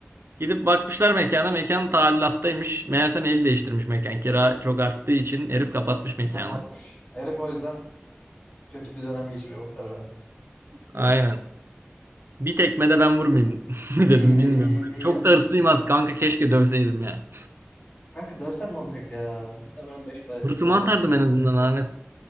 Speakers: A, on the right; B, on the left.
A: Gidip bakmışlar mekana mekan talilattaymış. Meğersem el değiştirmiş mekan. Kira çok arttığı için herif kapatmış mekanı.
B: Kapatmış. Herif o yüzden kötü bir dönem geçiriyor muhtemelen.
A: Aynen. Bir tekme de ben vurmayayım <laughs> dedim
B: Ne iyi, iyi,
A: bilmiyorum.
B: iyi, iyi
A: Çok
B: yapmışsın.
A: da hırslıyım az kanka keşke dövseydim ya.
B: Kanka dövsen ne olacak ya? Muhtemelen beş para etmez
A: Hırsımı
B: adam.
A: atardım en azından Ahmet.